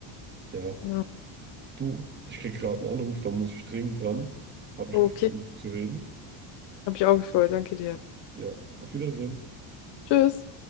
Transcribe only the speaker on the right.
ja,
du, ich krieg gerade einen Anruf, da muss ich dringend dran. Hat mich
gefreut, mit dir zu reden.
Ja, auf Wiedersehen.